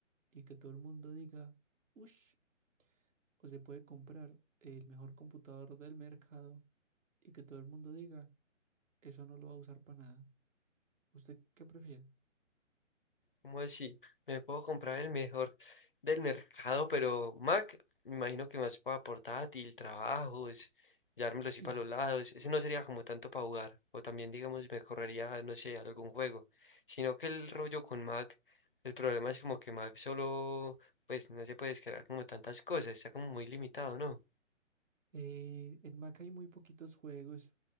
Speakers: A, on the right; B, on the left.
A: y que todo el mundo diga, ush, o se puede comprar el mejor computador del mercado y que todo el mundo diga, eso no lo va a usar para nada. ¿Usted qué prefiere?
B: ¿Cómo así? Me puedo comprar el mejor del mercado, pero Mac, me imagino que más para portátil, trabajos, llevármelo
A: Sí,
B: así para los lados. Ese no sería como tanto para jugar. O también, digamos, me correría, no sé, algún juego. Sino que el rollo con Mac, el problema es como que Mac solo, pues no se puede descargar como tantas cosas. Está como muy limitado, ¿no?
A: eh, en Mac hay muy poquitos juegos.